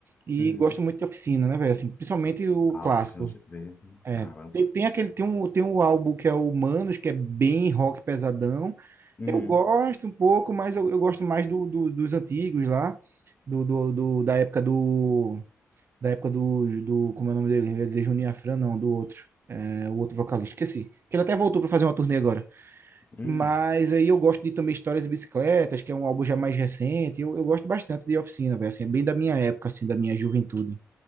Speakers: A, on the right; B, on the left.
A: E
B: Uhum.
A: gosto muito de Oficina, né, velho? Assim, principalmente o
B: Ah,
A: clássico,
B: oficina de três,
A: é,
B: caramba.
A: tem, tem aquele, tem um, tem um álbum que é o Manos, que é bem rock pesadão.
B: Uhum.
A: Eu gosto um pouco, mas eu, eu gosto mais do, do- dos antigos lá, do, do, do- da época do, da época do, do, como é o nome dele? Eu ia dizer Juninho Afran, não, do outro, é, o outro vocalista, esqueci. Que ele até voltou para fazer uma turnê agora.
B: Uhum.
A: Mas aí eu gosto de também Histórias e Bicicletas, que é um álbum já mais recente. Eu, eu gosto bastante de Oficina, velho. Assim, é bem da minha época, assim, da minha juventude.